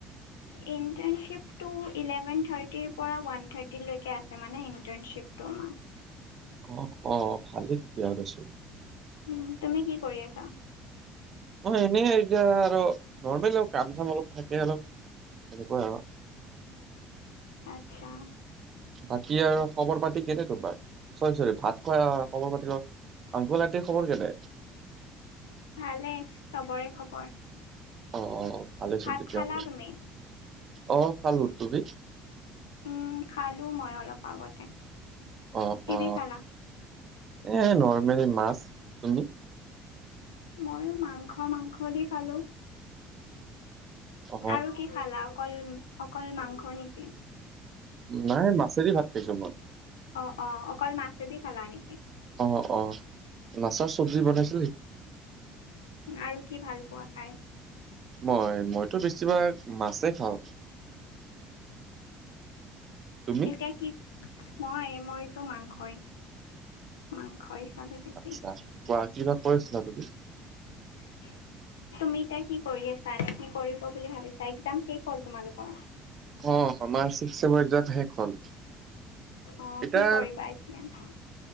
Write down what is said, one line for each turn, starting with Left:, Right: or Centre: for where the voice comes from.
Left: ইণ্টাৰ্নশ্বিপটো ইলেভন থাৰটিৰ পৰা ৱান থাৰ্টি লৈকে আছে মানে ইণ্টাৰ্নৰ্শিপটো আমাৰ
Right: অ অ ভালেই তেতিয়া হ'লে ছোন
Left: উ তুমি কি কৰি আছা?
Right: অ এনে এতিয়া আৰু নৰ্মেলি অ কাম চাম অলপ থাকে অলপ। তেনেকোৱা আৰু।
Left: আচ্ছা।
Right: বাকী আৰু খবৰ পাতি কেনে তোমাৰ চৰি চৰি ভাত খোৱা খবৰ পাতিৰ লগত আংকল আণ্টিৰ খবৰ কেনে?
Left: ভালেই চবৰে খবৰ।
Right: অ অ ভালেইছোন
Left: ভাত
Right: তেতিয়াহলে
Left: খালা তুমি?
Right: অহ খালো। তুমি?
Left: উম খালো মই অলপ আগতে
Right: অ
Left: কিদি
Right: অ
Left: খালা?
Right: এ নৰ্মেলি মাছ। তুমি?
Left: ময়ো মাংস মাংস দি খালো।
Right: অ
Left: আৰু কি খালা অকল অকল মাংস নেকি?
Right: নাই মাছেদি ভাত খাইছো মই।
Left: অ অকল মাছেদি খালানে?
Right: অ অ অ মাছৰ চব্জি বনাইছো।
Left: আৰু কি ভাল পোৱা খাই?
Right: মই মইতো বেছিভাগ মাছেই খাওঁ। তুমি
Left: এতিয়া কি মই মইতো মাংসই মাংসই চলে বেছি।
Right: আচ্ছা কোৱা কিবা কৰি আছিলা তুমি?
Left: <unintelligible> তুমি এতিয়া কি কৰি আছা? কি কৰিব বুলি ভাবিছা? একজাম শেষ হ'ল তোমালোকৰ
Right: অ আমাৰ ছিক্সথ ছেমৰ একজাম শেষ হল।
Left: অ
Right: এতিয়া
Left: কি কৰিবা এতিয়া?